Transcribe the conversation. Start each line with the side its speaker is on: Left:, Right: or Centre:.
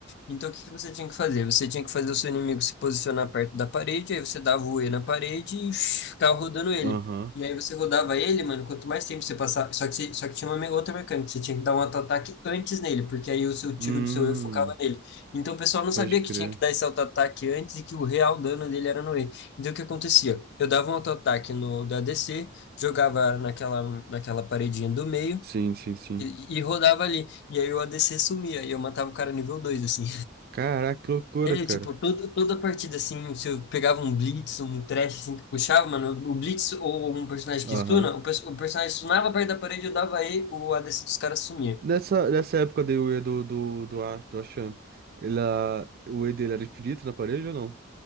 Left: Então, o que que você tinha que fazer? Você tinha que fazer o seu inimigo se posicionar perto da parede, aí você dava o E na parede e shh, ficava rodando ele.
Right: aham.
Left: E aí você rodava ele, mano, quanto mais tempo você passar. Só que, você- só que tinha uma me- outra mecânica, você tinha que dar um auto-ataque antes nele, porque aí o seu
Right: Hum,
Left: tiro do seu E focava nele. Então o pessoal não sabia
Right: pode crer.
Left: que tinha que dar esse auto-ataque antes e que o real dano dele era no E. Então o que acontecia? Eu dava um auto-ataque no da ADC, jogava naquela, naquela paredinha do meio.
Right: Sim, sim, sim.
Left: E e rodava ali. E aí o ADC sumia. E eu matava o cara nível 2 assim.
Right: Caraca, que loucura,
Left: É,
Right: cara.
Left: tipo, toda, toda partida, assim, se eu pegava um Blitz, um Thresh, assim, que puxava, mano, o Blitz ou um personagem que
Right: Aham.
Left: stuna, o, pers- o personagem stunava perto da parede, eu dava E, o ADC dos caras sumia.
Right: Nessa, nessa época daí o E do, do, do, A- do Achan, ele, ah, o E dele era infinito na parede ou não?